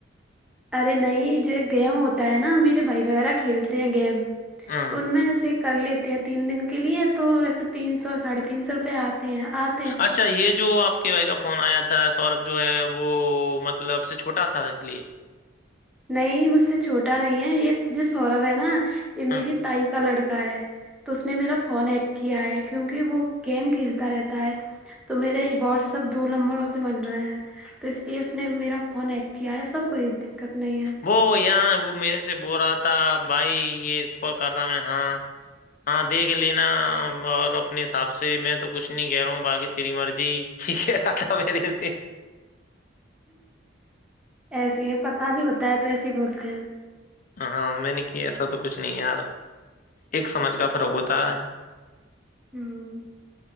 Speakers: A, in the centre; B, on the left (about 45°).
A: ارے نہیں جو گیم ہوتا ہے نا میرے بھائی وغیرہ کھیلتے ہیں گیم
B: ہ
A: تو ان میں سے کر لیتی ہے تین دن کے لیے تو ویسے تین سو ساڑھے تین سو روپے آ ہیں آپ
B: اچھا یہ جو آپ کہ بھائی کا فون آیا تھا سوربھ جو ہے وہ مطلب اب سے چھوٹا تھا اس لیے
A: نہیں مجھ سے چھوٹا نہیں ہے یہ یہ سوربھ ہے نا یہ میری
B: ہاں
A: تائی کا لڑکا ہے تو اس نے میرا فون ایک کیا ہے کیونکہ وہ گیم کھیلتا رہتا ہے تو میرے یہ واٹسپ دو نمبروں سے بن رہے ہیں تو اس لیے اس نے میرا فون ہ کیا ہے سب کوئی دقت نہیں ہے
B: وہ یہاں وہ میرے سے بول رہا تھا بھائی یہ کوال کر رہا میں ہاں ہاں دیکھ لینا اور اپنے حساب سے میں تو کچھ نہیں کہہ رہا ہوں باقی تیری مرضی کیک آ تھا پیرے سے
A: ایسے ہے پتا نہیں ہوتا ہے تو ایسے ہی بولتے ہیں
B: ہاں میں نے کہ ایسا تو کچھ نہیں یار ایک سمجھ کا فرق ہوتا ہے
A: ہ